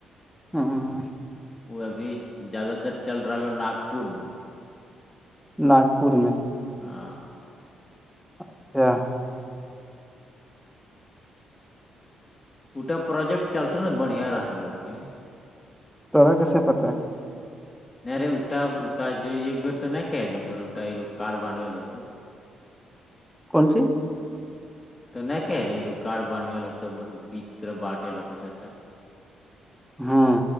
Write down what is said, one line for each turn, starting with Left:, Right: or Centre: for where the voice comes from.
Centre: ہاں ہاں
Left: وہ ابھی زیادہ تر چل رہا ہو ناگ پور میں
Centre: ناگپور میں
Left: ہاں
Centre: اچھا
Left: ا پروجیکٹ چلتا نا بڑھیا رہیکن
Centre: تڑا کیسے پت ہے
Left: نہیں رے اٹا اٹا جو ایک بیر تو نہیں کہل بولے کارڈ بنویل ہوت
Centre: کون سی
Left: تو نہیں کہ ایگ کار بنو ل ہوتا بول بیچر بانٹل ہوت سا
Centre: ہاں